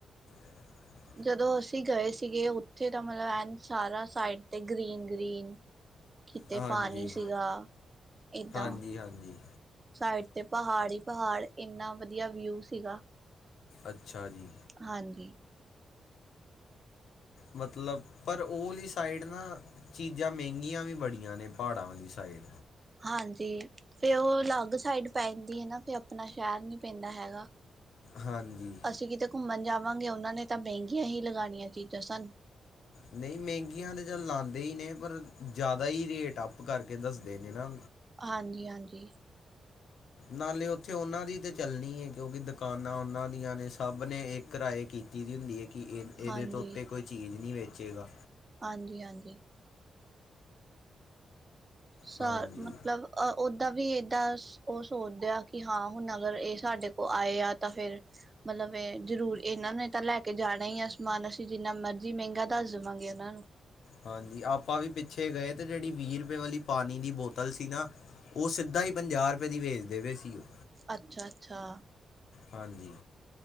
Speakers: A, on the left; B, on the right.
A: <inaudible>
B: ਜਦੋਂ ਅਸੀਂ ਗਏ ਸੀਗੇ ਉੱਥੇ ਤਾਂ ਮਤਲਬ ਐਨ ਸਾਰਾ ਸਾਈਡ ਤੇ ਗ੍ਰੀਨ ਗ੍ਰੀਨ ਕਿਤੇ
A: ਹਾਂਜੀ
B: ਪਾਣੀ ਸੀਗਾ ਏਦਾਂ
A: ਹਾਂਜੀ ਹਾਂਜੀ
B: ਸਾਈਡ ਤੇ ਪਹਾੜ ਹੀ ਪਹਾੜ ਇੰਨਾ ਵਧੀਆ ਵਿਊ ਸੀਗਾ
A: ਅੱਛਾ ਜੀ
B: ਹਾਂਜੀ
A: ਮਤਲਬ ਪਰ ਉਹ ਵਾਲੀ ਸਾਈਡ ਨਾ ਚੀਜ਼ਾਂ ਮਹਿੰਗੀਆਂ ਵੀ ਬੜੀਆਂ ਨੇ ਪਹਾੜਾਂ ਵਾਲੀ ਸਾਈਡ
B: ਹਾਂਜੀ ਫੇ ਉਹ ਅਲੱਗ ਸਾਈਡ ਪੈਂਦੀ ਹੈ ਨਾ ਫੇ ਆਪਣਾ ਸ਼ਹਿਰ ਨੀ ਪੈਂਦਾ ਹੈਗਾ
A: ਹਾਂਜੀ
B: ਅਸੀਂ ਕਿਤੇ ਘੁੰਮਣ ਜਾ ਵਾਂਗੇ ਉਹਨਾਂ ਨੇ ਤਾਂ ਮਹਿੰਗੀਆਂ ਹੀ ਲਗਾਣੀਆਂ ਚੀਜ਼ਾਂ ਸਾਨੂੰ
A: ਨਹੀਂ ਮਹਿੰਗੀਆਂ ਤੇ ਚਲ ਲਾਦੇ ਹੀ ਨੇ ਪਰ ਜ਼ਿਆਦਾ ਹੀ ਰੇਟ ਅੱਪ ਕਰਕੇ ਦੱਸਦੇ ਨੇ ਨਾ
B: ਹਾਂਜੀ ਹਾਂਜੀ
A: ਨਾਲੇ ਉੱਥੇ ਉਹਨਾਂ ਦੀ ਤੇ ਚੱਲਣੀ ਹੈ ਕਿਉਂਕਿ ਦਕਾਨਾਂ ਉਹਨਾਂ ਦੀਆਂ ਨੇ ਸਭ ਨੇ ਇੱਕ ਰਾਏ ਕਿ ਤੀ ਦੀ ਹੁੰਦੀ ਹੈ ਕਿ ਇਹ ਇਹਦੇ
B: ਹਾਂਜੀ
A: ਤੋਂ ਉੱਤੇ ਕੋਈ ਚੀਜ਼ ਨਹੀਂ ਵੇਚੇਗਾ
B: ਹਾਂਜੀ ਹਾਂਜੀ ਸਾ
A: ਹਾਂਜੀ
B: ਮਤਲਬ ਅ ਓਦਾਂ ਵੀ ਏਦਾਂ ਸ ਉਹ ਸੋਚਦੇ ਆ ਕਿ ਹਾਂ ਹੁਣ ਅਗਰ ਇਹ ਸਾਡੇ ਕੋਲ ਆਏ ਆ ਤਾਂ ਫੇਿਰ ਮਤਲਬ <unintelligible> ਜਰੂਰ ਇਹਨਾਂ ਨੇ ਤਾਂ ਲੈ ਕੇ ਜਾਣਾ ਹੀ ਆ ਸਮਾਨ ਅਸੀਂ ਜਿੰਨਾ ਮਰਜੀ ਮਹਿੰਗਾ ਦੱਸ ਦਵਾਂਗੇ ਉਹਨਾਂ ਨੂੰ
A: ਹਾਂਜੀ ਆਪਾਂ ਵੀ ਪਿੱਛੇ ਗਏ ਤੇ ਜਿਹੜੀ ਵੀ ਰਪੇ ਵਾਲੀ ਪਾਣੀ ਦੀ ਬੋਤਲ ਸੀ ਨਾ ਉਹ ਸਿੱਧਾ ਹੀ ਪੰਜਾਹ ਰਪੇ ਦੀ ਵੇਚਦੇ ਪੇ ਸੀ ਉਹ
B: ਅੱਛਾ ਅੱਛਾ
A: ਹਾਂਜੀ